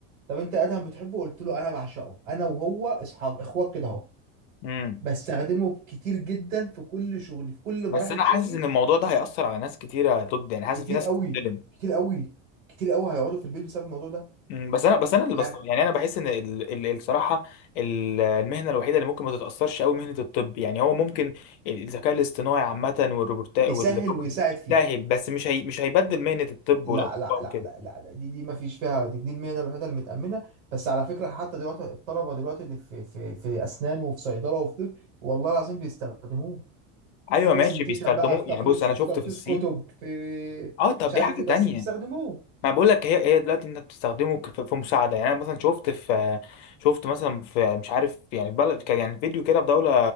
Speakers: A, on the right; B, on the left.
A: طب انت ادهم بتحبه قلت له انا بعشقه انا وهو اصحاب اخوات كده اهو
B: امم
A: بستخدمه كتير جدا في كل شغلي في كل مراحل
B: بس انا
A: شغلي
B: حاسس ان الموضوع ده هيأثر على ناس كتيره ضد يعني حاسس
A: كتير
B: في ناس
A: قوي
B: هتتظلم
A: كتير قوي كتير قوي هيقعدوا في البيت بسبب الموضوع ده
B: مم، بس انا بس انا اللي
A: يعني
B: بس يعني انا بحس ان ال- ال- الصراحه ال- المهنه الوحيده اللي ممكن ما تتاثرش قوي مهنه الطب يعني هو ممكن الذكاء الاصطناعي عامه والروبوتات
A: يسهل
B: والروبوت
A: ويساعد فيه
B: سهل بس مش هي مش هيبدل مهنه الطب
A: لا
B: والاطباء
A: لا لا
B: وكده
A: لا لا, لا. دي دي ما فيش فيها دي دي المهنه الوحيده المتامنه بس على فكره حتى دلوقتي الطلبه دلوقتي اللي في في في اسنان وفي صيدله وفي طب والله العظيم بيستخدموه
B: ايوه
A: في برزنتيشن
B: ماشي بيستخدموه
A: بقى في تخليص
B: يعني بص انا
A: في
B: شفت
A: تلخيص
B: في الصين
A: كتب في
B: اه طب
A: مش
B: دي
A: عارف
B: حاجه
A: ايه
B: تانية
A: بس بيستخدموه
B: ما بقول لك هي هي دلوقتي انك بتستخدمه ك- في في مساعده يعني انا مثلا شفت في شفت مثلا في مش عارف يعني في بلد كان يعني فيديو كده في دوله